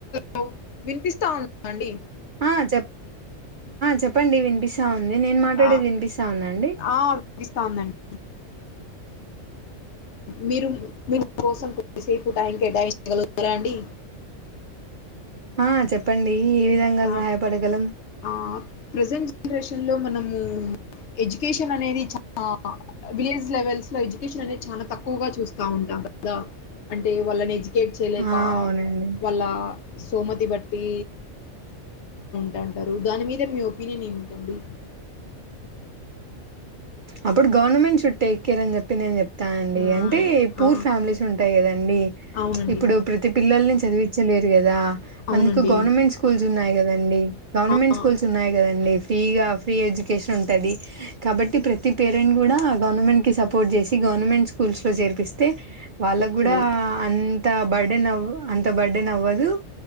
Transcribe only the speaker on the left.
లో వినిపిస్తా ఉందా అండి
ఆ
ఆ వినిపిస్తా ఉందండి మీరు మీ కోసం కొద్దిసేపు టైం కేటాయి <unintelligible> లురా అండి
ఆ
ఆ ప్రజెంట్ జనరేషన్ లో మనము ఎడ్యుకేషన్ అనేది చాలా విలేజ్ లెవెల్స్ లో ఎడ్యుకేషన్ అనేది చాలా తక్కువగా చూస్తా ఉంటాం కాదా అంటే వాళ్ళని ఎడ్యు కెట్ చేయలేక
వాళ్ళ సోమతి బట్టి డా అంటారు దాని మీద మీ ఒపీనియన్ ఏమిటండి
ఆ,
ఆ,
అవునండి
అవునండి
ఆ,
ఓకే